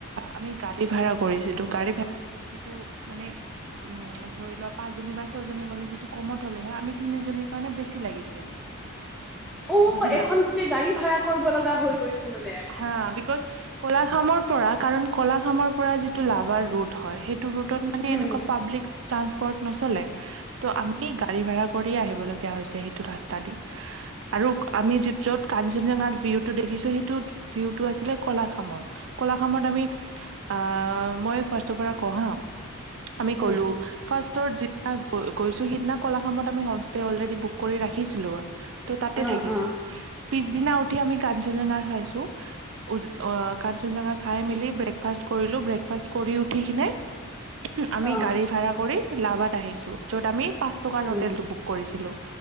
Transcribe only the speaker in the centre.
অ'
এখন গোটেই গাড়ী ভাড়া কৰিব লগা হৈ গৈছে মানে?
উম
উম
অ
অ
অ
উম